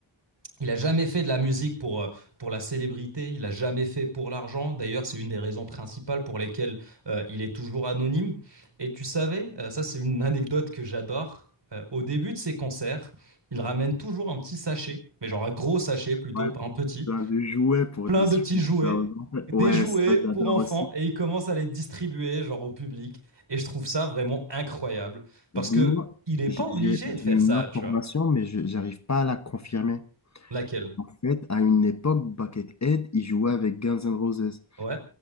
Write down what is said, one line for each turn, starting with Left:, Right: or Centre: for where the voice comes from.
Right: Il a jamais fait de la musique pour, euh, pour la célébrité, il a jamais fait pour l'argent. D'ailleurs, c'est une des raisons principales pour lesquelles euh, il est toujours anonyme. Et tu savais, euh, ça c'est une anecdote que j'adore, euh, au début de ses concerts, il ramène toujours un petit sachet, mais genre un gros sachet plutôt,
Left: Ouais,
Right: pas un petit,
Left: plein de jouets pour
Right: plein
Left: distribuer
Right: de petits jouets,
Left: ça aux enfants. Ouais,
Right: des jouets
Left: ça j'adore
Right: pour enfants,
Left: aussi.
Right: et il commence à les distribuer genre au public. Et je trouve ça vraiment incroyable, parce
Left: Mais dis-moi,
Right: que il n'est
Left: j'ai
Right: pas obligé
Left: j'ai- j'ai
Right: de faire
Left: une
Right: ça,
Left: information,
Right: tu vois.
Left: mais je j'arrive pas à la confirmer.
Right: Laquelle?
Left: En fait, à une époque, Buckethead, il jouait avec Guns N' Roses.
Right: Ouais.